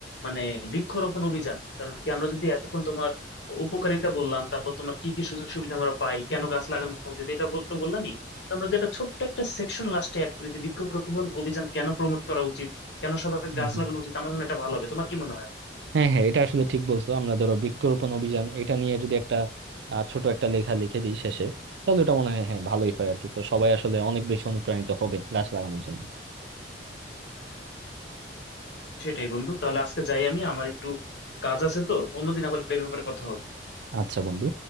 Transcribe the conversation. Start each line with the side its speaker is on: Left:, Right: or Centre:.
Left: মানে বৃক্ষরোপণ অভিযান কারণ কি আমরা যদি এতক্ষণ তোমার উপকারিতা বললাম তারপর তোমার কি কি সুযোগ সুবিধা আমরা পাই কেন গাছ লাগানো উচিত এটা বল- তো বললামই তো আমরা যেটা ছোট্ট একটা সেকশন লাস্টে অ্যাড করি যে বৃক্ষরোপণ অভিযান কেন প্রমোট করা উচিত কেন সবাই
Right: হয়
Left: গাছ লাগানো উচিত আমার মনে হয় এটা ভালো হবে তোমার কি মনে হয়
Right: হ্যাঁ হ্যাঁ এটা আসলে ঠিক বলছো আমরা ধরো বৃক্ষরোপণ অভিযান এটা নিয়ে যদি একটা আহ, ছোট একটা লেখা লিখে দিই শেষে তাহলে ওটা মনে হয় হ্যাঁ ভালোই হয় আর কি তো সবাই আসলে অনেক বেশি অনুপ্রাণিত হবে গাছ লাগানোর জন্য
Left: সেটাই বন্ধু তাহলে আজকে যাই আমি আমার একটু কাজ আছে তো অন্যদিন আবার এই ব্যাপারে কথা হবে
Right: আচ্ছা বন্ধু